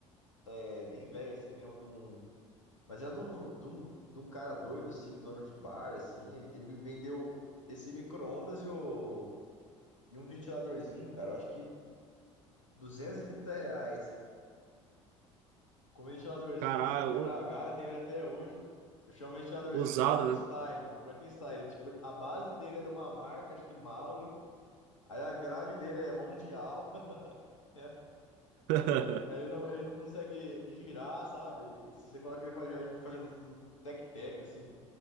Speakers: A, on the left; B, on the right.
A: é, bem velho assim mesmo, de um Mas é de um, de um, de um cara doido, assim, dono de bar, assim. Ele, ele me vendeu esse micro-ondas e, o- e um ventiladorzinho, cara. Eu acho que 230 reais. Com um ventiladorzinho,
B: Caralho,
A: assim, quebra
B: u-
A: galho, eu tenho ele até hoje. Eu chamo o ventiladorzinho
B: usado,
A: de Frankenstein,
B: né?
A: mano. Frankenstein, ele, tipo, a base dele é de uma marca, acho que Mallory. Aí a grade dele é mundial. <laughs>
B: <laughs>
A: Aí Ele não, ele não consegue girar, sabe? Se você coloca ele pra girar, ele fica fazendo um um tec-tec, assim.